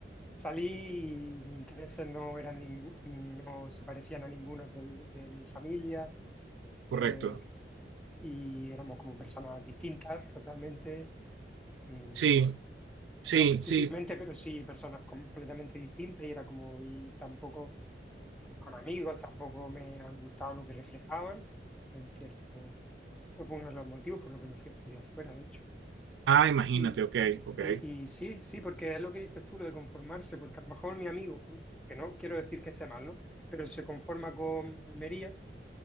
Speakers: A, in the centre; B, on the right.
A: salí y mis intereses no eran ningú- no se parecían a ninguno del- de, mi familia eh,
B: correcto.
A: y éramos como personas distintas totalmente, mm,
B: Sí, sí,
A: no fí- físicamente,
B: sí.
A: pero sí personas completamente distintas y era como, y tampoco eh, con amigos, tampoco me han gustado lo que reflejaban, en cierto, eso fue uno de los motivos por lo que me fui a estudiar fuera, de hecho.
B: Ah, imagínate,
A: Y,
B: ok, ok.
A: y, y sí, sí, porque es lo que dices tú, lo de conformarse, porque a lo mejor mi amigo, que no quiero decir que esté mal, ¿no? Pero se conforma con Almería,